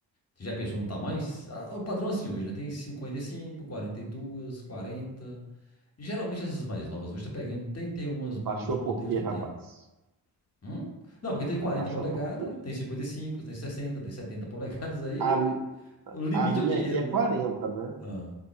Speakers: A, on the left; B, on the right.
A: Você já pensou no tamanho? ah, o padrão é assim hoje, né? Tem cinquenta e cinco quarenta e 42, quarenta Geralmente essas mais novas hoje tá pegando. Tem, tem umas,
B: Baixou
A: alguns modelos
B: por quê,
A: que
B: rapaz?
A: tem. Hum? Não, porque tem 40
B: Abaixou
A: polegadas,
B: por quê?
A: tem 55 tem 60 tem 70 polegadas. Aí
B: A
A: o limite
B: A minha
A: é o dinheiro,
B: aqui é 40,
A: né?
B: né?
A: Ah.